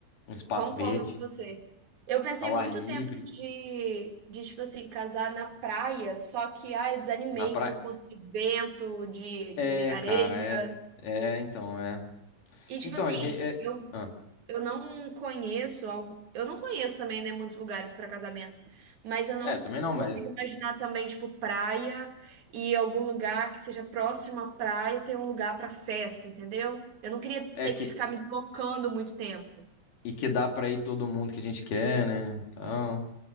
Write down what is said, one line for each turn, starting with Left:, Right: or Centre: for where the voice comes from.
Left: um espaço
Right: Concordo
Left: verde,
Right: com você. Eu pensei
Left: ao
Right: muito
Left: ar livre,
Right: tempo de, de, tipo assim, casar na praia, só que, ai, eu desanimei
Left: na praia.
Right: por conta de vento, de,
Left: É,
Right: de areia.
Left: cara, é. É, então, é.
Right: E, tipo
Left: Então,
Right: assim,
Left: a gente. É,
Right: eu
Left: ah,
Right: Eu não conheço, algo- eu não conheço também, né, muitos lugares para casamento, mas eu não
Left: é, também não,
Right: consigo
Left: mas.
Right: imaginar também, tipo, praia e algum lugar que seja próximo à praia ter um lugar para festa, entendeu? Eu não queria
Left: É
Right: ter
Left: que.
Right: que ficar me deslocando muito tempo.
Left: E que dá pra ir todo mundo que a gente quer, né? Então.